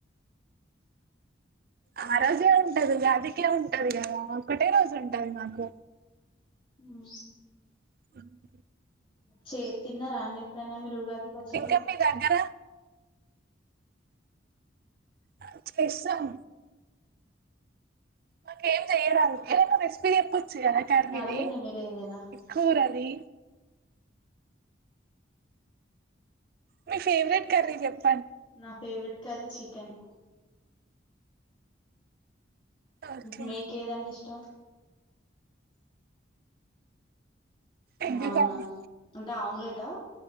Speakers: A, on the right; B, on the left.
A: ఆ రోజే ఉంటది ఉగాదికే ఉం టది గదా ఒక్కటే రోజు ఉంటది మాకు
B: ఉమ్
A: <inaudible>
B: చేస్ తిన్నరా అండి ఎప్పుడైనా మీరు పచ్చడి
A: ఇంకా మీ దగ్గర ఆ చేస్తాం మాకేం జెయ్యరాదు ఏదైనా రెసిపీ చెప్పు చ్చ కద కర్రిని
B: అడగండి మీరు ఏదైనా
A: కూరది మీ ఫెవరెట్ కర్రీ జెప్
B: నా ఫేవరెట్ కర్రీ చికెన్
A: ఓకే
B: మీకేదంటే ఇష్టం
A: ఎగ్
B: హవునా
A: కర్రీ
B: అంటే ఆమ్లేట్ టా